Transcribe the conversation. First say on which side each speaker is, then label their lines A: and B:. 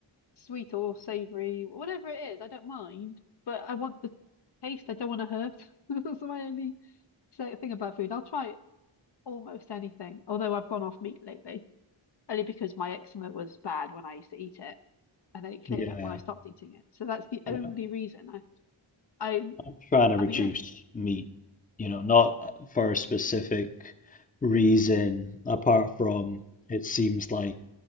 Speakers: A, on the left; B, on the left.
A: sweet or savory, whatever it is. I don't mind, but I want the taste. I don't want to hurt. <laughs> That's my only So the thing about food, I'll try almost anything. Although I've gone off meat lately, only because my eczema was bad when I used to eat it, and then it cleared
B: Yeah.
A: up when I stopped eating it. So that's the
B: And
A: only
B: I-
A: reason. I, I,
B: I'm trying to
A: I
B: reduce
A: mean, uh,
B: meat, you know, not for a specific reason apart from it seems like